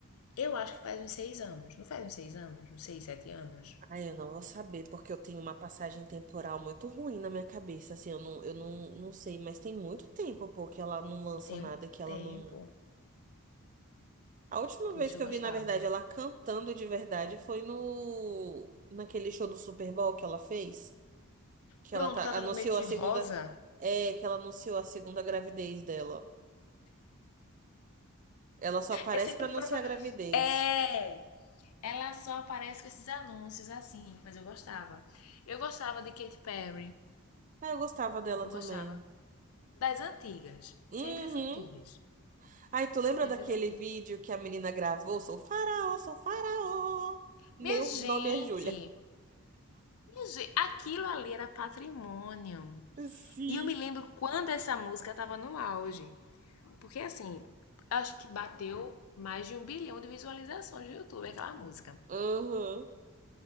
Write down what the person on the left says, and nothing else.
Eu acho que faz uns seis anos. Não faz uns seis anos? Uns seis, sete anos?
Tem
um
tempo.
Puxa,
eu
gostava.
Pronto,
que ela tava
meio de
rosa.
É sempre
pra falar.
É! Ela só aparece com esses anúncios assim, mas eu gostava. Eu gostava de Katy Perry.
Eu
gostava. Das antigas. Sempre
as antigas.
Sempre
as antigas.
Minha gente,
minha gente, aquilo ali era patrimônio.
E eu me lembro quando essa música tava no auge. Porque assim, acho que bateu mais de um bilhão de visualizações no YouTube, aquela música.